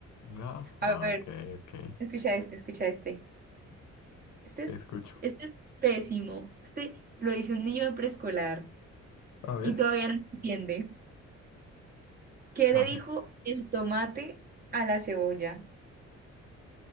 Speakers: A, on the left; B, on the right.
A: No,
B: <laughs>
A: ok,
B: A ver,
A: ok.
B: escucha este, escucha este. Este es,
A: Escucho.
B: este es pésimo. Este lo dice un niño de preescolar
A: A ver.
B: y todavía no entiende. ¿Qué
A: A
B: le dijo
A: ver.
B: el tomate a la cebolla?